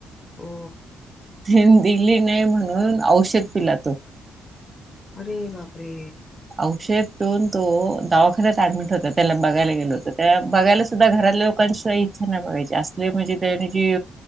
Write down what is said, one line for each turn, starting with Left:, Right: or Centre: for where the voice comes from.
Left: हो
Right: तेन दिली नाही म्हणून औषध पिला तो.
Left: अरे बाप रे.
Right: औषध पिऊन तो दावाखान्यात ऍडमिट होता. त्याला बघायला गेलं होतो. त्याला बघायला सुद्धा घरातल्या लोकांची इच्छा नाय बघायची. असली म्हणजे त्यान जी